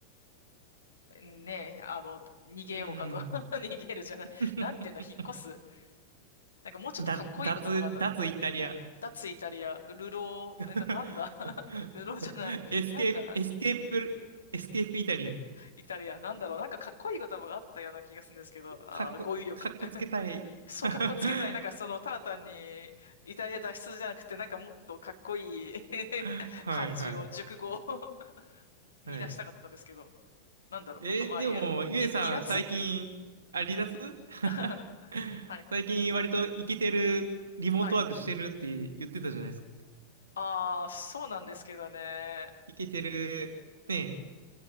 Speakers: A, on the left; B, on the right.
A: ねえ、あの、逃げようかと。
B: うん。
A: <laughs> 逃げるじゃない。
B: <laughs>
A: なんていうんだ、引っ越す。なんかもうちょっとかっこいい言葉があったね。
B: だ、脱、脱イタリア。
A: 脱イタリア、流浪、な、
B: <laughs>
A: ななんだ <laughs> 流浪じゃない。
B: エスケープ、
A: なんか、
B: エスケープ、エスケープイタリア。
A: イタリア、なんだろう。なんかかっこいい言葉があったような気がするんですけど、ああ、
B: かっこ、
A: 語彙力。
B: かっこつけたい。
A: <laughs>
B: <laughs>
A: そう、
B: は
A: かっこつけたい。なんかその、ただ単に、イタリア脱出じゃなくて、なんかもっとかっこいい
B: いはい。
A: <laughs> 漢字を、熟語を <laughs> 見出したかったんですけど、
B: はい。
A: なんだろう。
B: えーでも、
A: <laughs> まあいいや。
B: ゆえさん、
A: 離、離脱
B: 最近、あ、離脱
A: <laughs>
B: <laughs>
A: はい。
B: 最近、割とイケてる、リモートワークしてるって言ってたじゃないですか。
A: はい。ああ、そうなんですけどね。
B: イケてる、ね、